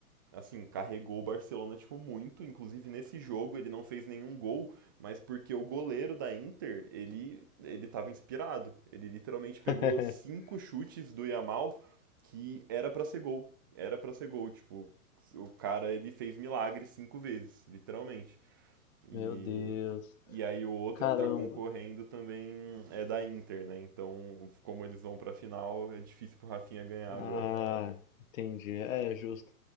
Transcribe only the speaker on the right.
Assim, carregou o Barcelona, tipo, muito. Inclusive, nesse jogo, ele não fez nenhum gol, mas porque o goleiro da Inter, ele, ele tava inspirado. Ele literalmente pegou
cinco chutes do Yamal que era pra ser gol. Era pra ser gol, tipo, o cara, ele fez milagre cinco vezes, literalmente. E,
e aí o outro
que está concorrendo também é da Inter, né? Então, como eles vão pra final, é difícil pro Rafinha ganhar
agora.